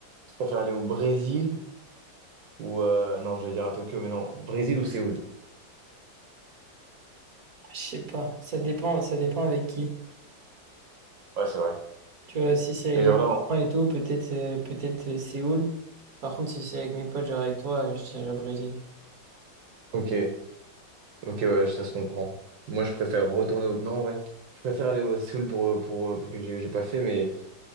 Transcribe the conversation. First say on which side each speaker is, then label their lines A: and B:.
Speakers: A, on the right (about 75°); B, on the right (about 45°).
A: préfères aller au Brésil? Ou euh, non, j'allais dire à Tokyo, mais non. Brésil ou Séoul?
B: je sais pas, ça dépend, ça dépend avec qui.
A: Ouais, c'est vrai.
B: Tu vois, si c'est avec
A: Mais genre
B: mes
A: là, on-
B: parents et tout, peut-être euh, peut-être euh, Séoul. Par contre, si c'est avec mes potes, genre avec toi, euh, je dirais Brésil.
A: Ok, ok, ouais, ça se comprend. Moi, je préfère retourner au... Non, ouais. Je préfère aller au Séoul pour, pour, euh, parce que j'ai j'ai pas fait, mais je